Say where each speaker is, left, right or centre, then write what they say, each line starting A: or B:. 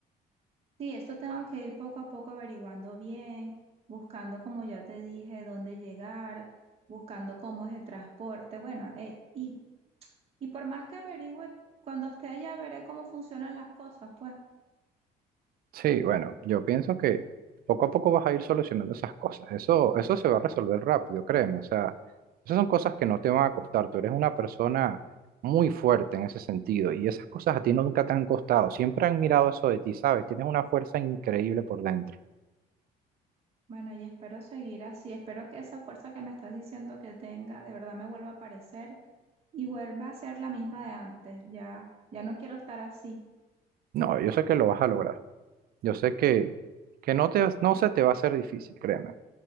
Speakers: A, on the right; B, on the right.
A: Sí, eso tengo que ir poco a poco averiguando bien, buscando, como ya te dije, dónde llegar, buscando cómo es el transporte. Bueno, eh, y, y por más que averigüe, cuando esté allá veré cómo funcionan las cosas, pues.
B: Sí, bueno, yo pienso que poco a poco vas a ir solucionando esas cosas. Eso, eso se va a resolver rápido, créeme. O sea, esas son cosas que no te van a costar. Tú eres una persona muy fuerte en ese sentido y esas cosas a ti no, nunca te han costado. Siempre han mirado eso de ti, ¿sabes? Tienes una fuerza increíble por dentro.
A: Bueno, y espero seguir así. Espero que esa fuerza que me estás diciendo que tenga de verdad me vuelva a aparecer y vuelva a ser la misma de antes. Ya, ya no quiero estar así.
B: No, yo sé que lo vas a lograr. Yo sé que, que no te, no se te va a hacer difícil, créeme,